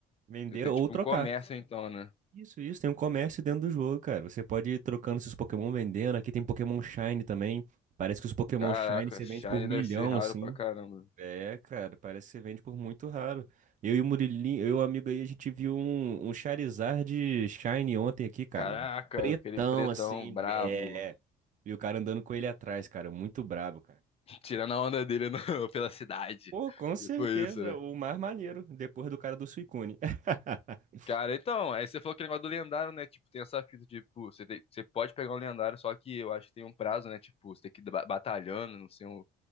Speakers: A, on the right; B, on the left.
A: Vender
B: Deve ser
A: ou
B: tipo
A: trocar.
B: um comércio, então, né?
A: Isso, isso. Tem um comércio dentro do jogo, cara. Você pode ir trocando seus Pokémon, vendendo. Aqui tem Pokémon Shine também. Parece que os Pokémon
B: Caraca,
A: Shine você
B: Shine
A: vende por milhão,
B: deve ser raro
A: assim.
B: pra caramba.
A: É, cara, parece que você vende por muito raro. Eu e o Murilinho, eu e o amigo aí, a gente viu um, um Charizard Shine ontem aqui, cara.
B: Caraca,
A: Pretão,
B: aquele pretão
A: assim.
B: brabo.
A: É. E o cara andando com ele atrás, cara. Muito brabo, cara.
B: <laughs> Tirando a onda dele no- <laughs> pela cidade.
A: Pô, com certeza,
B: Tipo isso, né?
A: o mais maneiro, depois do cara do Suicune. <laughs>
B: Cara, então, aí você falou aquele negócio do lendário, né? Tipo, tem essa fita, tipo, você, tem- você pode pegar um lendário, só que eu acho que tem um prazo, né? Tipo, você tem que ir ba- batalhando, não sei, o-